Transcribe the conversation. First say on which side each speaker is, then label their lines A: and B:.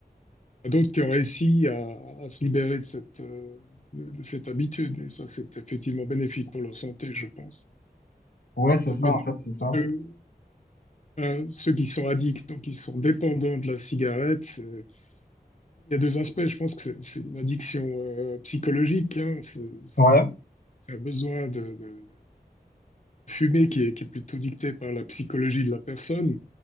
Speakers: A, on the left; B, on the left.
A: il y en a d'autres qui ont réussi à, à se libérer de cette, euh, de, de cette habitude. Et ça, c'est effectivement bénéfique pour leur santé, je pense.
B: ouais, c'est
A: De-
B: ça
A: Maintenant,
B: en fait, c'est ça.
A: ceux, euh, ceux qui sont addicts, donc qui sont dépendants de la cigarette, c'est- il y a deux aspects. Je pense que c'est c'est une addiction euh, psychologique. hein. C'est c'est-
B: Ouais,
A: c'est un besoin de, de- de fumer qui est, qui est plutôt dicté par la psychologie de la personne.